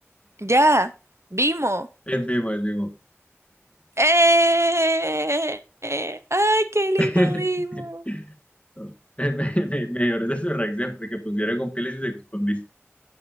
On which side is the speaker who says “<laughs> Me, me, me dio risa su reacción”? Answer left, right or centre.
Left